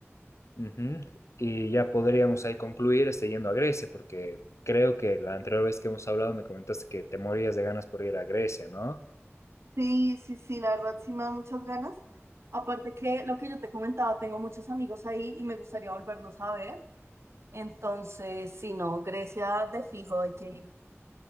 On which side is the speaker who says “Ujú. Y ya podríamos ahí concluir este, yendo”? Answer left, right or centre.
Left